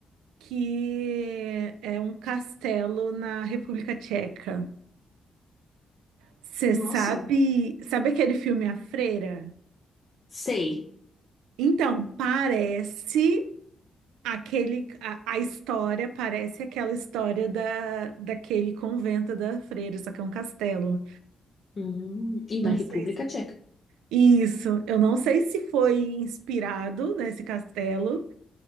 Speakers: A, on the right; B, on the left.
A: que é um castelo na República Tcheca. Você
B: nossa,
A: sabe, sabe aquele filme A Freira?
B: sei.
A: Então, parece Aquele, a, a história parece aquela história da, daquele convento da freira, só que é um castelo.
B: Hum, e
A: Não
B: na
A: sei
B: República
A: se.
B: Tcheca.
A: Isso, eu não sei se foi inspirado nesse castelo,